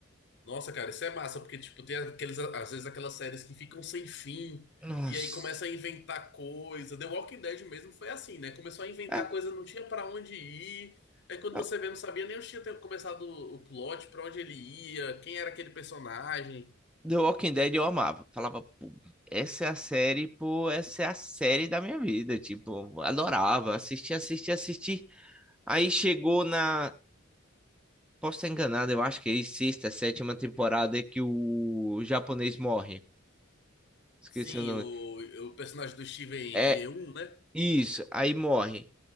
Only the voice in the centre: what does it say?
Nossa.
É,
não.
The Walking Dead eu amava. Falava, pô, essa é a série, pô, essa é a série da minha vida. Tipo, adorava. Assisti, assisti, assisti. Aí chegou na. Posso estar enganado, eu acho que é sexta, sétima temporada que o japonês morre. Esqueci
o nome.
É
isso, aí morre.